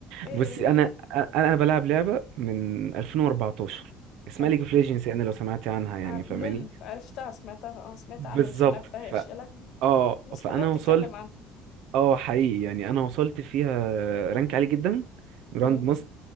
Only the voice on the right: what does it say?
بصي
انا انا أنا بلعب لعبة من 2014 اسمها
ليج اوف ليجندز يعني لو سمعتي عنها يعني
فاهماني
بالظبط
ف
اه
فانا
وصلت
اه حقيقي يعني انا وصلت فيها رانك عالي جدا جراند